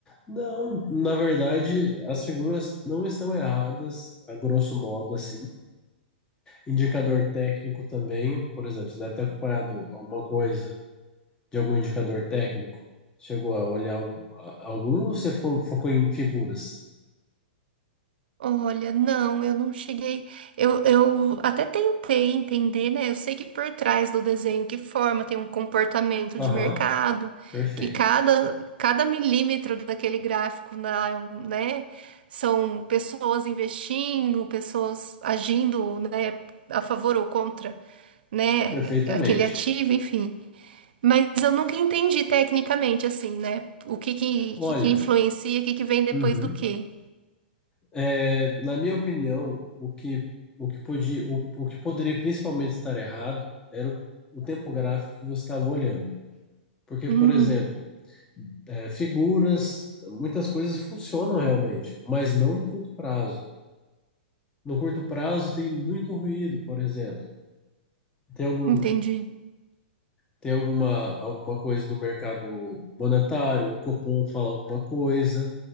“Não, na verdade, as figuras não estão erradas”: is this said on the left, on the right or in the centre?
Left